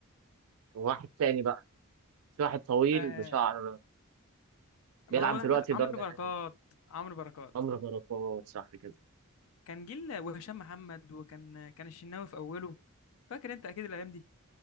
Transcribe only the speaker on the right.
واحد تاني بقى في واحد طويل
بشعر بيلعب
دلوقتي
درجه
تانيه
عمرو بركات صح كده